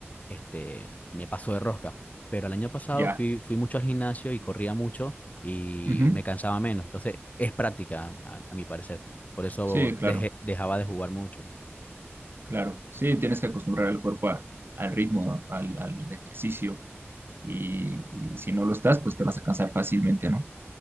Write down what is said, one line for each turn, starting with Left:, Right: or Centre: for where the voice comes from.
Left: este, me paso de rosca. Pero el año pasado
Right: ya.
Left: fui, fui mucho al gimnasio y corría mucho y
Right: Ujú.
Left: me cansaba menos, entonces es práctica, a a mi parecer. Por eso
Right: Sí,
Left: dejé-
Right: claro,
Left: dejaba de jugar mucho.
Right: claro. Sí, tienes que acostumbrar al cuerpo a- al ritmo, ¿no? Al, al ejercicio. Y, y si no lo estás, pues te vas a cansar fácilmente, ¿no?